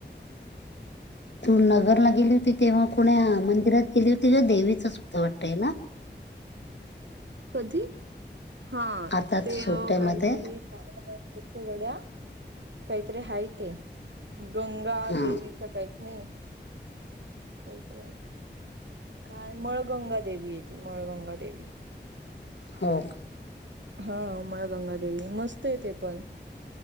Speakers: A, on the left (about 75°); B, on the right (about 80°).
A: <unintelligible> तू नगरला गेली होती तेव्हा कोुण्या मंदिरात गेली होती का देवीचं सुद्धा वाटतंय ना.
B: कधी हा
A: आता
B: ते
A: सुट्ट्यामध्ये
B: काहीतरी गड्या काैत्रे हायतेे. गंगा
A: हा
B: देवी का काहीच नाही. काहीत काय मळगंगा देवी येते मळगंगा देेवी
A: हो.
B: हामाळ गंगादेवी मस्त आहे ते पण